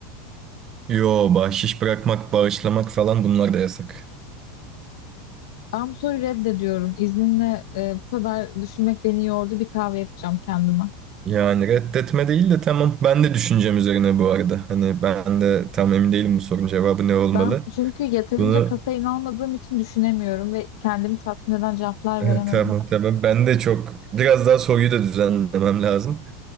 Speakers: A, on the right; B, on the left.
A: Yo, bahşiş bırakmak, bağışlamak falan bunlar da yasak.
B: Ben bu soruyu reddediyorum. İzninle e, bu kadar düşünmek beni yordu. Bir kahve yapacağım kendime.
A: Yani reddetme değil de tamam. Ben de düşüncem üzerine bu arada. Hani ben de tam emin değilim bu sorunun cevabı ne olmalı.
B: Ben çünkü yeterince
A: Bunu
B: kafein almadığım için düşünemiyorum ve kendimi tatmin eden cevaplar
A: <laughs>
B: veremedim.
A: tamam tamam. Ben de çok biraz daha soruyu da düzenlemem lazım.